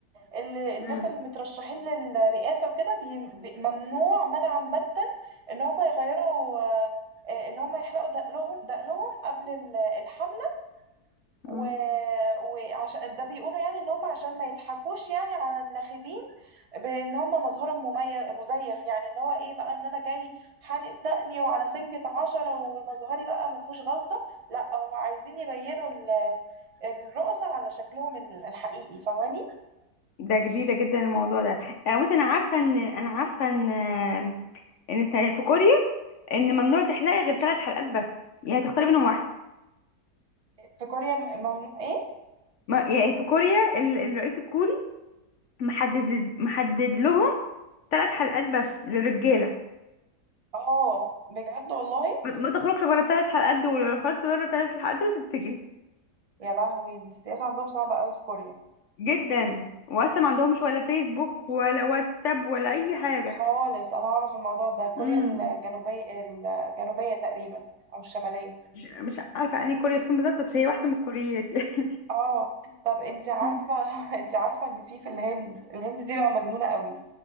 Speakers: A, on the right; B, on the left.
A: ال- الناس
B: آه،
A: اللي مترشحين للرئاسة وكده بي- بي- ممنوع منعا باتا ان هم يغيروا آه، آه، ان هم يحلقوا دقنهم دقنهم قبل ال- الحملة و...
B: آه.
A: وعشان ده بيقولوا يعني ان هم عشان ما يضحكوش يعني على الناخبين بان هم مظهرهم مميز مزيف يعني ان هو ايه بقى ان انا جاي حالق دقني وعلى سنجة عشرة ومظهري بقى ما فيهوش غلطة لا هم عايزين يبينوا ال- الرؤساء على شكلهم ال- الحقيقي فاهماني
B: ده جديدة جدا الموضوع ده آه، بصي انا عارفة ان انا عارفة ان آه، ان س- في كوريا ان ممنوع تحلقي غير ثلاث حلقات بس يعني تختاري منهم واحدة
A: في كوريا م- ممنوع ايه
B: ما يعني في كوريا ال- الرئيس الكوري محدد محدد لهم ثلاث حلقات بس للرجالة
A: اه بجد والله
B: ما ما تخرجش بره الثلاث حلقات دول لو خرجت بره الثلاث حلقات دول تتسجن
A: يا لهوي دي السياسة عندهم صعبة قوي في كوريا
B: جدا وأصلا ما عندهمش ولا فيسبوك ولا واتساب ولا أي حاجة
A: خالص انا اعرف الموضوع ده كوريا
B: مم.
A: الجنوبية الجنوبية تقريبا او الشمالية
B: مش مش عارفة أنهي كوريا فين بالظبط بس هي واحدة من الكوريات دي <laughs>
A: اه طب انت عارفة
B: مم.
A: <laughs> انت عارفة ان في في الهند الهند دي بقى مجنونة قوي